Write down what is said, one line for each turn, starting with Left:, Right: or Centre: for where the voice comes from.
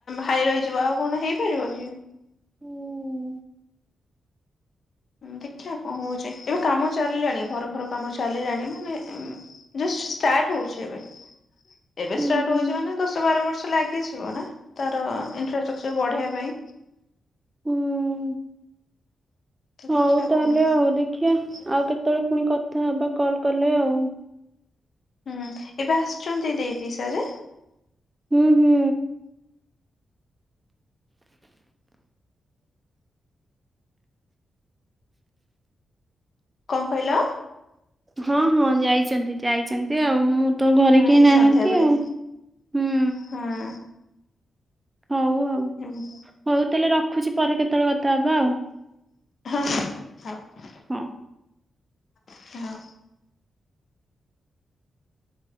Left: ହାଇ ରହିଯିବ ଆଉ କଣ ହେଇପାରିବ କି।
Right: ହୁଁ
Left: ଦେଖିବା କଣ ହଉଛି ଏବେ କାମ ଚାଲିଲାଣି ଘର ଘର କାମ ଚାଲିଲାଣି ମାନେ ଜଷ୍ଟ ଷ୍ଟାର୍ଟ ହଉଛି ଏବେ। ଏବେ
Right: ହୁଁ।
Left: ଷ୍ଟାର୍ଟ ହଉଛି ମାନେ ଦଶ, ବାର ବର୍ଷ ଲାଗିଯିବ ନା। ତାର ଇନଫ୍ରାଷ୍ଟ୍ରକ୍ଚର ବଢ଼େଇବା ପାଇଁ
Right: ହୁଁ <inaudible>
Left: ତ
Right: ହଉ
Left: ଦେଖିବା
Right: ତାହେଲେ
Left: କଣ ହଉଛି
Right: ଆଉ ଦେଖିବା ଆଉ କେତେବେଳେ ପୁଣି କଥା ହବା କଲ୍ କଲେ ଆଉ
Left: ହୁଁ ଏବେ ଆସିଛନ୍ତି ଦେଇ ପିଇସା ଯେ -
Right: ଉଁ ହୁଁ
Left: କଁ କହିଲ?
Right: ହଁ ହଁ ଯାଇଛନ୍ତି, ଯାଇଛନ୍ତି ଆଉ ମୁଁ- ତୋ ଘରେ
Left: ହଁ
Right: କେହି
Left: ଏଇ
Right: ନାହାନ୍ତି
Left: ସନ୍ଧ୍ୟା ବେଳେ
Right: ଆଉ, ହୁଁ
Left: ହଁ
Right: ହଉ ଆଉ,
Left: ହଉ
Right: ହଉ ତାହେଲେ ରଖୁଚି ପରେ କେତେବେଳେ କଥା ହବା ଆଉ
Left: ହଁ ହଁ ଥାଉ।
Right: ହଁ।
Left: ଥାଉ।